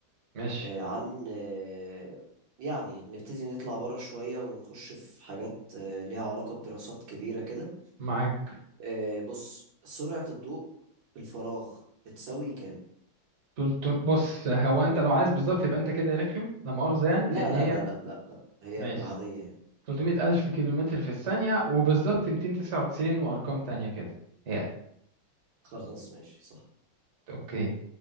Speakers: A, on the right; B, on the right.
A: ماشي
B: آه، عن آه، يعني نبتدي نطلع بره شوية ونخش في حاجات آه، ليها علاقة بدراسات كبيرة كده
A: معاك
B: آه، بص سرعة الضوء في الفراغ بتساوي كام؟
A: تلت- بص هو انت لو عايز بالظبط يبقى انت كده رخم لا مؤاخذه يعني
B: لا
A: لان
B: لا
A: هي
B: لا لا لا لا هي
A: ماشي
B: العادية يعني
A: 300 ألف كيلومتر في الثانية وبالظبط 299 وأرقام تانية كده يعني
B: <laughs> خلاص ماشي صح
A: أوكي